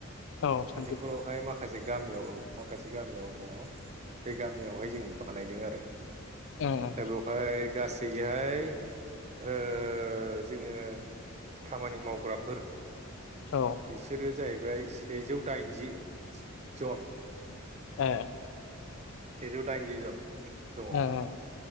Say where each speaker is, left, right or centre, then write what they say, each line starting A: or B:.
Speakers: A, on the left (about 65°); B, on the right (about 30°).
A: औ सान्थि
B: फुरावहाय माखासे गामियाव औ माखासे गामियाव दङ। बे गामियावहाय जों बानायदों आरो। <inaudible>
A: ओ
B: दा बेवहाय गासैहाय ओ ओ जोङो खामानि मावग्राफोर
A: ओ
B: बिसोरो जाहैबाय सेजौ दाइनजि। जन।
A: ए।
B: सेजौ दाइनजि जन। दङ
A: ओ ओ।